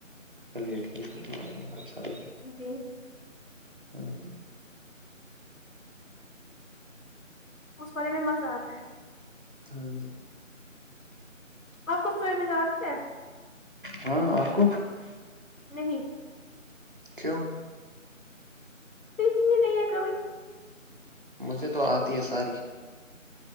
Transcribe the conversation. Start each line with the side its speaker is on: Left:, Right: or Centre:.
Right: چلیے ٹھیک ہے جہ اچھا لگے
Left: جی
Right: ہاں جی
Left: اس والارے میں مزہ آتا ہے
Right: ہاں جی
Left: آپ کو سوئمنگ آتی ہے
Right: ہاں آکو
Left: نہیں
Right: کیوں
Left: سیک ہی نہیں ہے کب
Right: مجھے تو آتی ہے ساری